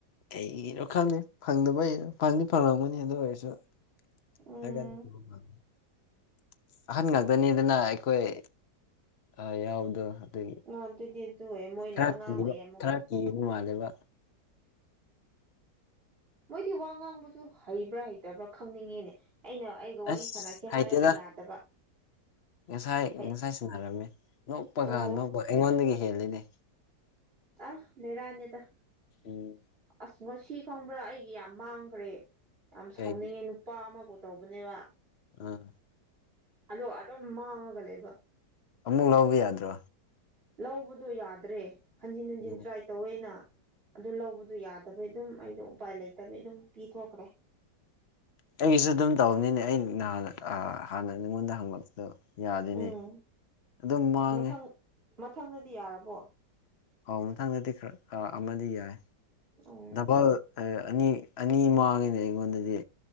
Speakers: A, on the left; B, on the right.
A: ꯀꯔꯣ ꯈꯪꯗꯦ ꯐꯪꯗꯕꯩꯔꯣ ꯐꯪꯗꯤ ꯐꯪꯉꯝꯒꯅꯤ ꯑꯗꯨ ꯑꯣꯏꯔꯁꯨ <unintelligible>
B: ꯎꯝ
A: ꯑꯍꯟ ꯉꯥꯛꯇꯅꯤꯗꯅ ꯑꯩꯈꯣꯏ ꯑ ꯌꯥꯎꯕꯗꯣ ꯑꯗꯨꯒꯤ
B: <unintelligible>
A: ꯈꯔ
B: ꯑꯉꯥꯡ
A: ꯀꯤꯕ
B: ꯑꯣꯏꯌꯦ ꯑꯃꯨꯛꯀ
A: ꯈꯔ ꯀꯤꯈꯤꯕ ꯃꯥꯜꯂꯦꯕ
B: ꯃꯣꯏꯗꯤ ꯋꯥ ꯉꯥꯡꯕꯁꯨ ꯍꯩꯕ꯭ꯔꯥ ꯍꯩꯇꯕ꯭ꯔꯥ ꯈꯪꯅꯤꯡꯉꯦꯅꯦ ꯑꯩꯅ ꯑꯩ ꯋꯥꯔꯤ
A: ꯑꯁ
B: ꯁꯥꯟꯅꯁꯦ
A: ꯍꯩꯇꯦꯗ
B: ꯍꯥꯏꯔꯒ ꯌꯥꯗꯕ
A: ꯉꯁꯥꯏ
B: ꯍꯩ
A: ꯉꯁꯥꯏ ꯁꯟꯅꯔꯝꯃꯦ ꯅꯣꯛꯄꯒꯥꯟ
B: ꯑꯣ
A: ꯅꯣꯛꯄ ꯑꯩꯉꯣꯟꯗꯒꯤ ꯍꯦꯜꯂꯤꯅꯦ
B: ꯑ ꯕꯦꯔꯥꯅꯤꯗ
A: ꯎꯝ
B: ꯑꯁ ꯉꯣ ꯁꯤ ꯈꯪꯕ꯭ꯔꯥ ꯑꯩꯒꯤ ꯌꯥꯝ ꯃꯥꯡꯈ꯭ꯔꯦ ꯌꯥꯝ ꯁꯥꯎꯅꯤꯡꯉꯦ
A: ꯀꯩꯒꯤ
B: ꯅꯨꯄꯥ ꯑꯃꯐꯥꯎ ꯇꯧꯕꯅꯦꯕ
A: ꯑ
B: ꯑꯗꯣ ꯑꯗꯨꯝ ꯃꯥꯡꯉꯒ ꯂꯩꯕ
A: ꯑꯃꯨꯛ ꯂꯧꯕ ꯌꯥꯗ꯭ꯔꯣ
B: ꯂꯧꯕꯗꯣ ꯌꯥꯗ꯭ꯔꯦ ꯍꯟꯖꯤꯟ ꯍꯟꯖꯤꯟ
A: ꯎꯝ
B: ꯇ꯭ꯔꯥꯏ ꯇꯧꯋꯦꯅ ꯑꯗꯨ ꯂꯧꯕꯗꯨ ꯌꯥꯗꯕꯩ ꯑꯗꯨꯝ ꯑꯩꯗꯣ ꯎꯄꯥꯏ ꯂꯩꯇꯕꯩ ꯑꯗꯨꯝ ꯄꯤꯊꯣꯛꯈ꯭ꯔꯦ
A: ꯑꯩꯒꯤꯁꯨ ꯑꯗꯨꯝ ꯇꯧꯕꯅꯤꯅꯦ ꯑꯩ ꯅꯍꯥꯟ ꯍꯥꯟꯅ ꯅꯉꯣꯟꯗ ꯍꯪꯂꯛꯄꯗꯣ ꯌꯥꯗꯦꯅꯦ
B: ꯎꯝ
A: ꯑꯗꯨꯝ ꯃꯥꯡꯉꯦ
B: ꯃꯊꯪ ꯃꯊꯪꯗꯗꯤ ꯌꯥꯔꯕꯣ
A: ꯑ ꯑꯥꯎ ꯃꯊꯪꯗꯗꯤ ꯈꯔ ꯑꯃꯗꯤ ꯌꯥꯏ
B: ꯎꯝ
A: ꯗꯕꯜ ꯑꯅꯤ ꯑꯅꯤ ꯃꯥꯡꯉꯦꯅꯦ ꯑꯩꯉꯣꯟꯗꯗꯤ